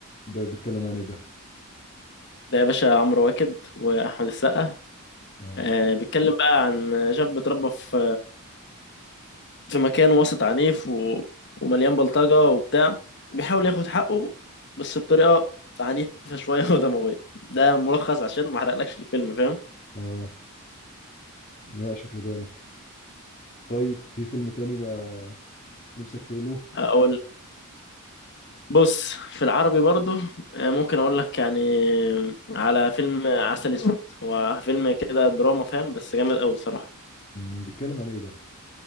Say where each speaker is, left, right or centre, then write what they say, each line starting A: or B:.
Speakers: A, on the left; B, on the left.
A: ده بيتكلم عن ايه ده
B: ده يا باشا عمرو واكد واحمد السقا
A: اه
B: آه، بيتكلم بقى عن شاب اتربى في في مكان وسط عنيف و... ومليان بلطجة وبتاع بيحاول ياخد حقه بس بطريقة عنيفة شوية <laughs> ودموية ده ملخص عشان ما احرقلكش الفيلم فاهم
A: اه لا شكله جامد طيب في فيلم تاني بقى نفسك تقوله
B: اقول بص في العربي برضو آه، ممكن اقول لك يعني على فيلم عسل اسود هو فيلم كده دراما فاهم بس جامد قوي الصراحة
A: مم، بيتكلم عن ايه ده